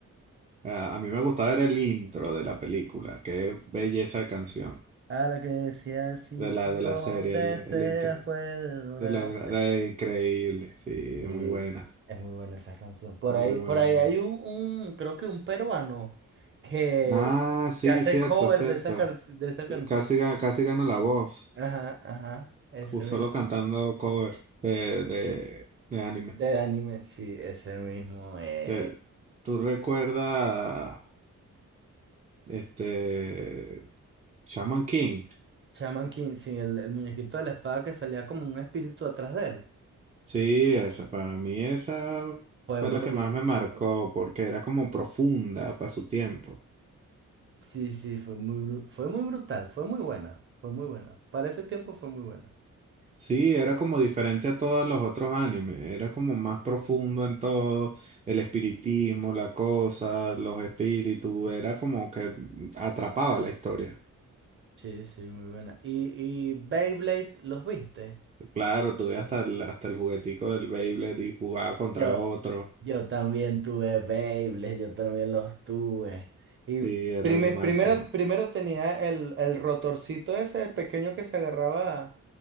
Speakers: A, on the right; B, on the right.
A: Ah, a mí me gustaba era el intro de la película, qué belleza de canción,
B: A la que decía, si
A: de la,
B: tú
A: de
B: lo
A: la serie,
B: deseas,
A: el, el intro,
B: puedes lograr.
A: de lo gra- de increíble, sí,
B: Sí,
A: muy buena,
B: es muy buena esa canción. Por
A: muy
B: ahí,
A: buena.
B: por ahí hay un, un, creo que un peruano que,
A: Ah, sí,
B: que hace
A: cierto,
B: cover
A: cierto.
B: de esa, car- de esa canción.
A: Eh, Casi, ga- casi gana la voz,
B: Ajá, ajá, ese
A: cu- solo
B: mismo.
A: cantando cover de, de, de anime.
B: De anime, sí, ese mismo. Eh.
A: Te- ¿Tú recuerdas este Shaman King?
B: Shaman King, sí, el, el muñequito de la espada que salía como un espíritu atrás de él.
A: Sí, esa, para mí esa
B: Fue
A: fue
B: bru-
A: la que más me marcó
B: fu-
A: porque era como profunda para su tiempo.
B: Sí, sí, fue muy, bru- fue muy brutal, fue muy buena, fue muy buena. Para ese tiempo fue muy buena.
A: Sí, era como diferente a todos los otros animes, era como más profundo en todo, el espiritismo, la cosa, los espíritus, era como que atrapaba la historia.
B: Sí, sí, muy buena. ¿Y, y Beyblade los viste?
A: Claro, tuve hasta el, hasta el juguetico del Beyblade y jugaba contra
B: Yo,
A: otro.
B: Yo también tuve Beyblades, yo también los tuve. Y
A: Sí, era
B: Prime-
A: lo máximo.
B: primero, primero tenía el, el rotorcito ese pequeño que se agarraba,